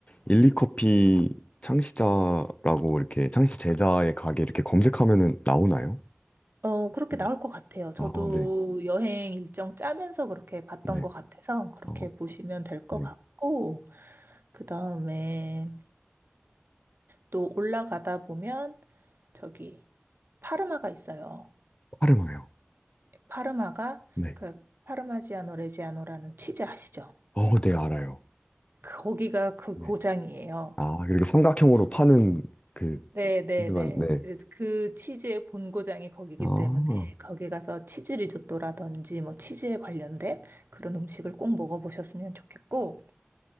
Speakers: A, on the left (about 30°); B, on the right (about 55°).
A: 일리커피 창시자라고 이렇게 창시 제자의 가게 이렇게 검색하면은 나오나요?
B: 어, 그렇게
A: 음.
B: 나올 것 같아요. 저도
A: 아, 네,
B: 여행 일정 짜면서 그렇게 봤던
A: 네.
B: 것 같아서 그렇게
A: 아,
B: 보시면 될 것
A: 네,
B: 같고, 그 다음에 또 올라가다 보면 저기 파르마가 있어요.
A: 파르마요.
B: 파르마가
A: 네.
B: 그 파르마지아노 레지아노라는 치즈 아시죠?
A: 어, 네, 알아요.
B: 거기가 그
A: 네.
B: 고장이에요.
A: 아, 그리고 삼각형으로 파는 그
B: 네, 네,
A: 피드만,
B: 네.
A: 네.
B: 그래서 그 치즈의 본고장이 거기기
A: 아,
B: 때문에 거기 가서 치즈 리조또라든지 뭐 치즈에 관련된 그런 음식을 꼭 먹어보셨으면 좋겠고,